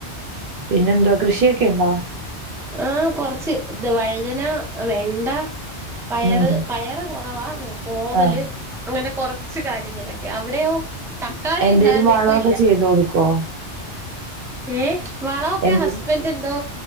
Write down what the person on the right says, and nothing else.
പിന്നെ എന്താ കൃഷിയൊക്കെ ണ്ടോ?
ഉം
ആഹ്
എന്തേലും
വളമൊക്കെ
ചെയ്ത് കൊടുക്കോ
എന്തേലും